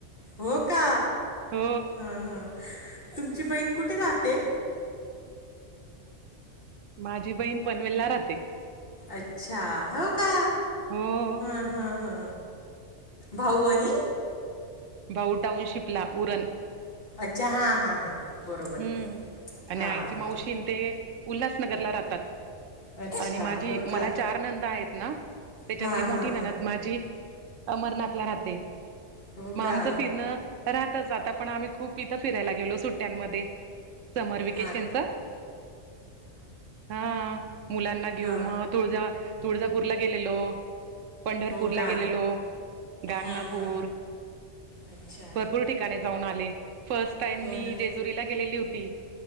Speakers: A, on the left; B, on the right.
A: हो का
B: हो
A: हा हा तुमची बहीण कुठे राहते?
B: माझी बहीण पनवेलला राहते.
A: अच्छा हो का
B: हो
A: हा हा हा. भाऊ आणि
B: भाऊ टाऊनशिपला उरण
A: अच्छा हा हां हां बरोबर
B: हम्म
A: आहे
B: आणि
A: हां
B: आईची मावशीन ते उल्हासनगरला राहतात
A: अच्छा
B: आणि माझी
A: हो
B: मला
A: का
B: चार नंद आहेत ना त्याच्यातली
A: हा
B: मोठी
A: हा
B: ननद
A: हा
B: माझी अमरनाथला राहते
A: हो
B: मग
A: का
B: आमचं फिरणं राहतच आता पण आम्ही खूप इथं फिरायला गेलो सुट्ट्यांमध्ये समर वकेशनचा
A: हा
B: हा मुलांना घेऊ
A: हा
B: मग तुळजा तुळजापूरला गेलेलो पंढरपूरला
A: हो का
B: गेलेलो गांगनापूर
A: हा हा अच्छा
B: भरपूर ठिकाणी जाऊन आले फर्स्ट टाईम
A: हो
B: मी
A: ना
B: जेजुरीला लेली होती